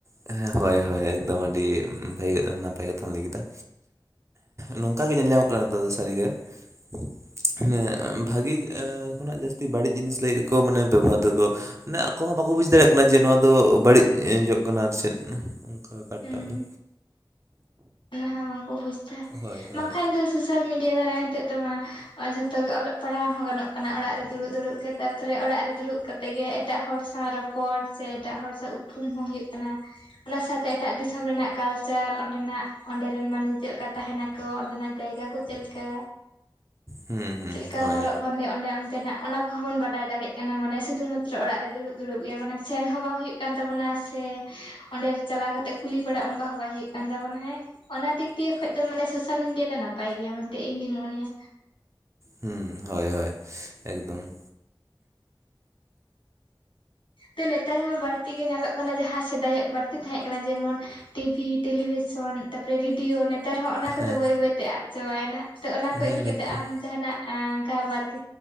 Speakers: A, on the right (about 35°); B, on the left (about 85°).
A: ᱦᱮᱸ ᱦᱳᱭ ᱦᱳᱭ ᱮᱠᱫᱚᱢ ᱟᱹᱰᱤ ᱵᱷᱟᱜᱮ, ᱱᱟᱯᱟᱭ ᱠᱟᱛᱷᱟᱢ ᱞᱟᱹᱭ ᱠᱮᱫᱟ। ᱱᱚᱝᱠᱟ ᱜᱮ ᱧᱮᱞ ᱧᱟᱢᱚᱜ ᱠᱟᱱᱟ ᱱᱮᱛᱟᱨ ᱫᱚ ᱥᱟᱹᱨᱤ ᱜᱮ, <inaudible> ᱵᱷᱟᱜᱮ ᱮ ᱠᱷᱚᱱᱟᱜ ᱡᱟᱹᱥᱛᱤ ᱵᱟᱹᱲᱤᱡ ᱡᱤᱱᱤᱥ ᱞᱟᱹᱜᱤᱫ ᱜᱮᱠᱚ ᱢᱟᱱᱮ ᱵᱮᱵᱚᱦᱟᱨ ᱫᱟᱠᱚ᱾ ᱢᱟᱱᱮ ᱟᱠᱚ ᱦᱚᱸ ᱵᱟᱠᱚ ᱵᱩᱡᱽ ᱫᱟᱲᱮᱭᱟᱜ ᱠᱟᱱᱟ ᱡᱮ ᱱᱚᱣᱟ ᱫᱚ ᱵᱟᱹᱲᱤᱡ ᱡᱚᱜ ᱠᱟᱱᱟ ᱟᱨ ᱪᱮᱫ, ᱚᱝᱠᱟ ᱵᱮᱯᱟᱨ
B: ᱦᱩᱸ
A: ᱴᱟᱡ ᱫᱚ᱾
B: ᱚᱱᱟ ᱦᱚᱸ ᱵᱟᱝᱠᱚ ᱵᱩᱡᱽ ᱫᱟ᱾
A: ᱦᱳᱭ ᱦᱳᱭ
B: ᱵᱟᱝᱠᱷᱟᱱ ᱫᱚ ᱥᱳᱥᱟᱞ ᱢᱤᱰᱤᱭᱟ ᱫᱟᱨᱟᱭ ᱦᱤᱛᱚᱜ ᱛᱚᱢᱟ ᱡᱷᱚᱛᱚ ᱜᱮ ᱚᱞᱚᱜ ᱯᱟᱲᱦᱟᱣ ᱦᱚᱸ ᱜᱟᱱᱚᱜ ᱠᱟᱱᱟ ᱚᱲᱟᱜ ᱨᱮ ᱫᱩᱲᱩᱵ ᱫᱩᱲᱩᱵ ᱠᱟ ᱛᱟᱨᱯᱚᱨᱮ ᱚᱲᱟᱜ ᱨᱮ ᱫᱩᱲᱩᱵ ᱠᱟᱛᱮᱜ ᱜᱮ ᱮᱴᱟᱜ ᱦᱚᱲ ᱥᱟᱶ ᱨᱚᱯᱚᱲ, ᱥᱮ ᱮᱴᱟᱜ ᱦᱚᱲ ᱥᱟᱶ ᱩᱯᱨᱩᱢ ᱦᱚᱸ ᱦᱩᱭᱩᱜ ᱠᱟᱱᱟ᱾ ᱚᱱᱟ ᱥᱟᱶᱛᱮ ᱮᱴᱟᱜ ᱫᱤᱥᱚᱢ ᱨᱮᱱᱟᱜ ᱠᱟᱞᱪᱟᱨ ᱚᱸᱰᱮᱱᱟᱜ ᱚᱸᱰᱮ ᱨᱮᱱ ᱢᱟᱹᱱᱢᱤ ᱪᱮᱫ ᱞᱮᱠᱟ ᱛᱟᱦᱮᱸᱱᱟᱠᱚ, ᱚᱸᱰᱮᱱᱟᱜ ᱡᱟᱭᱜᱟ ᱠᱚ ᱪᱮᱫ ᱞᱮᱠᱟ,
A: ᱦᱩᱸ ᱦᱩᱸ
B: ᱪᱮᱫ ᱞᱮᱠᱟ
A: ᱦᱳᱭ
B: ᱦᱚᱨᱚᱜ ᱵᱟᱸᱫᱮ ᱚᱸᱰᱮ ᱚᱱᱛᱮᱱᱟᱜ, ᱚᱱᱟ ᱠᱚᱦᱚᱸ ᱵᱚᱱ ᱵᱟᱰᱟᱭ ᱫᱟᱲᱮᱜ ᱠᱟᱱᱟ ᱢᱟᱱᱮ ᱥᱩᱫᱷᱩ ᱢᱟᱛᱨᱚ ᱚᱲᱟᱜ ᱨᱮ ᱫᱩᱲᱩᱵ ᱫᱩᱲᱩᱵ ᱜᱮ ᱢᱟᱱᱮ ᱥᱮᱱ ᱦᱚᱸ ᱵᱟᱝ ᱦᱩᱭᱩᱜ ᱠᱟᱱ ᱛᱟᱵᱚᱱᱟ ᱥᱮ ᱚᱸᱰᱮ ᱪᱟᱞᱟᱣ ᱠᱟᱛᱮᱜ ᱠᱩᱞᱤ ᱵᱟᱲᱟ ᱚᱝᱠᱟ ᱦᱚᱸ ᱵᱟᱭ ᱦᱩᱭᱩᱜ ᱠᱟᱱ ᱛᱟᱵᱚᱱᱟ ᱦᱮᱸ᱾ ᱚᱱᱟ ᱫᱤᱠ ᱫᱤᱭᱮ ᱠᱷᱚᱡ ᱫᱚ ᱢᱟᱱᱮ ᱥᱳᱥᱟᱞ ᱢᱤᱰᱤᱭᱟ ᱫᱚ ᱱᱟᱯᱟᱭ ᱜᱮᱭᱟ ᱢᱮᱱᱛᱮ ᱤᱧ ᱫᱩᱧ ᱢᱚᱱᱮᱭᱟ᱾
A: ᱦᱩᱸ ᱦᱳᱭ ᱦᱳᱭ, ᱮᱠᱫᱚᱢ᱾
B: ᱛᱚ ᱱᱮᱛᱟᱨ ᱢᱟ ᱵᱟᱹᱲᱛᱤ ᱜᱮ ᱧᱮᱞᱚᱜ ᱠᱟᱱᱟ ᱡᱟᱦᱟᱸ ᱥᱮᱫᱟᱭᱟᱜ ᱵᱟᱹᱲᱛᱤ ᱛᱟᱦᱮᱸᱜ ᱠᱟᱱᱟ ᱡᱮᱢᱚᱱ ᱴᱤ. ᱵᱷᱤ., ᱴᱮᱞᱤᱵᱷᱤᱥᱚᱱ, ᱛᱟᱯᱚᱨᱮ ᱨᱮᱰᱤᱭᱳ, ᱱᱮ ᱛᱮ ᱨᱮᱦᱚᱸ ᱚᱱᱟ ᱠᱚᱫᱚ
A: ᱦᱮᱸ
B: ᱵᱟᱹᱭ ᱵᱟᱹᱭᱛᱮ ᱟᱫ ᱪᱟᱵᱟᱭᱮᱱᱟ᱾ ᱛᱚ ᱚᱱᱟ ᱠᱚ
A: ᱦᱮᱸ
B: ᱤᱫᱤ ᱠᱟᱛᱮ
A: ᱱᱤᱛᱚᱜ
B: ᱟᱢ ᱡᱟᱦᱟᱸᱱᱟᱜ ᱟᱸ ᱚᱝᱠᱟ ᱵᱟᱨ ᱠᱤ